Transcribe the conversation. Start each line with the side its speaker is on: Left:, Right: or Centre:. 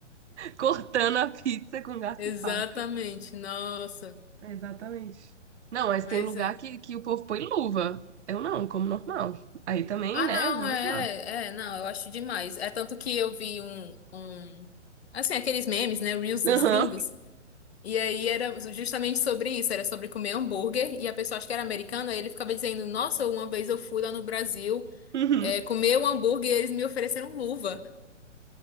Right: cortando a pizza com garfo
Left: Exatamente,
Right: e faca.
Left: nossa,
Right: Exatamente. Não, mas
Left: mas
Right: tem lugar
Left: é.
Right: que, que o povo põe luva. Eu não, como normal. Aí também,
Left: Ah,
Right: né?
Left: não,
Right: Vamos
Left: é,
Right: lá.
Left: é, não, eu acho demais. É tanto que eu vi um, um, assim, aqueles memes, né, Reels dos
Right: Aham.
Left: gringos, e aí era justamente sobre isso, era sobre comer hambúrguer, e a pessoa, acho que era americana, aí ele ficava dizendo, nossa, uma vez eu fui lá no Brasil,
Right: Uhum.
Left: é, comer um hambúrguer e eles me ofereceram luva.